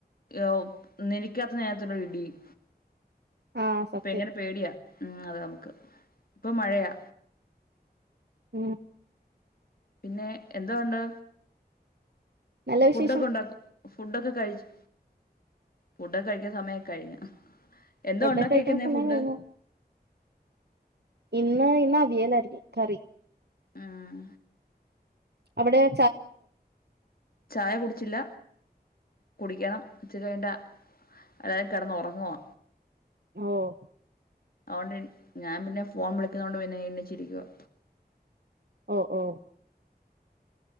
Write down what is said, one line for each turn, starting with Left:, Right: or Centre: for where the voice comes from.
Left: ഒഹ് നിനക്കാത്ത നേരത്തിലുള്ള ഒര് ഇടിയും
Right: ആ സത്യം
Left: ഭയങ്കര പേടിയാ ഉം അത് നമുക്ക് ഇപ്പോ മഴയാ
Right: മം
Left: പിന്നെ എന്തോഒണ്ട്
Right: നല്ല വിശേഷം
Left: ഫുഡൊക്കെ ഉണ്ടാക്കു ഫുഡൊക്കെ കഴിചൊ ഫുഡൊക്കെ കഴിക്കാൻ സമയൊക്കെ കഴിഞ്ഞു എന്താ
Right: ഫുഡൊക്കെ
Left: ഒണ്ടാക്കിയേക്കുന്നേ
Right: കഴിക്കണ സമയം
Left: ഫുഡ്
Right: കഴിഞ്ഞു ഇന്ന് ഇന്ന് അവിയലായിരിന്നു കറി
Left: ഉം
Right: അവിടെയോ
Left: ചായ കുടിച്ചില്ല കുടിക്കണം ഇച്ചിരി കഴിഞ്ഞിട്ട് എല്ലാരും കിടന്ന് ഒറങ്ങുവാ
Right: ഓഹ്
Left: അതോണ്ട് ഞാൻ പിന്നെ ഫോൺ വിളിക്കുന്നുന്നതുകൊണ്ട് പിന്നെ എണ്ണിച്ചിരിക്കുവാ
Right: ഓഹ് ഓഹ്